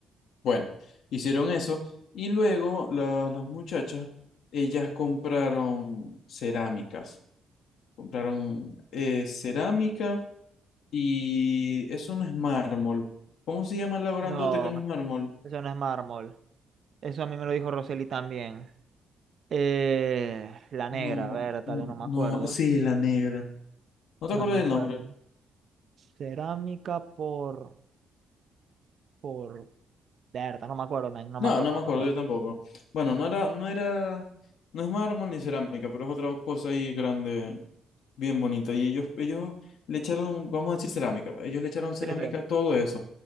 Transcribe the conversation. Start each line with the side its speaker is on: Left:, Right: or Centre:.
Left: Bueno, hicieron eso y luego la- las muchachas, ellas compraron cerámicas, compraron eh, cerámica y eso no es mármol. ¿Cómo se llama la grandote
Right: No,
Left: que no es mármol?
Right: eso no es mármol. Eso a mí me lo dijo Roseli también. Eh, la
Left: No,
Right: negra, a ver, tal,
Left: no,
Right: no me
Left: no,
Right: acuerdo.
Left: sí, la negra. ¿No te
Right: No
Left: acuerdas
Right: me
Left: del
Right: acuerdo.
Left: nombre?
Right: Cerámica por, por, Berta, no me acuerdo, men, no
Left: No,
Right: me acuerdo,
Left: no me
Right: no
Left: acuerdo
Right: me acuerdo.
Left: yo tampoco. Bueno, no era, no era, no es mármol ni cerámica, pero es otra cosa ahí grande bien bonito. Y ellos, ellos le echaron, vamos a decir cerámica, va, ellos le echaron cerámica
Right: Sí, sí.
Left: a todo eso,